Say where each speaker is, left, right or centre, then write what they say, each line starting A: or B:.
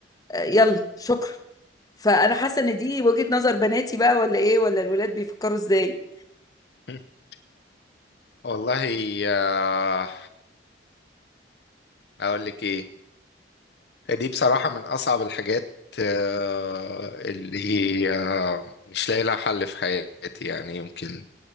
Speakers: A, on the left; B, on the left.
A: آه، يلا شكرا فانا حاسه ان دي وجهة نظر بناتي بقى ولا ايه ولا الولاد بيفكروا ازاي
B: <laughs> والله آه، اقول لك ايه دي بصراحة من اصعب الحاجات آه، اللي آه، مش لاقي لها حل في حياتي يعني يمكن